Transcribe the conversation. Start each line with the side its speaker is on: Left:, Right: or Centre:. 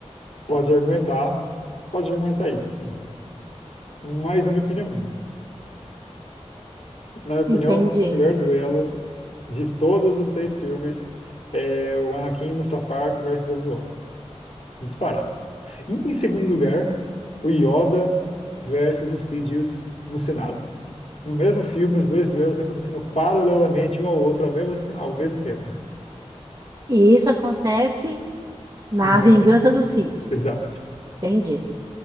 Left: pode argumentar, pode argumentar isso, sim. Mas na minha opinião, não. Na minha opinião,
Right: Entendi.
Left: o melhor duelo de todos os seis filmes é o Anakin Mustafar versus Obi-Wan, disparado. E em segundo lugar, o Yoda versus o Sidious no Senado. No mesmo filme, os dois duelos acontecendo paralelamente um ao outro ao mesmo, ao mesmo tempo.
Right: E isso acontece na
Left: Vingança.
Right: Vingança do Sith.
Left: Exato.
Right: Entendi.